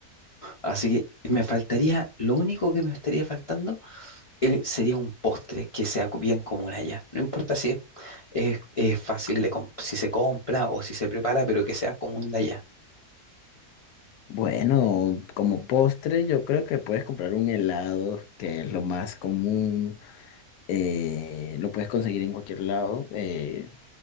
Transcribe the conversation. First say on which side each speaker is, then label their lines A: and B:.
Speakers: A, on the left (about 55°); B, on the left (about 75°).
A: Así que me faltaría, lo único que me estaría faltando eh, sería un postre que sea co- bien común allá. No importa si es, es- es fácil de, comp- si se compra o si se prepara, pero que sea común de allá.
B: Bueno, como postre yo creo que puedes comprar un helado, que es lo más común. eh, lo puedes conseguir en cualquier lado. eh,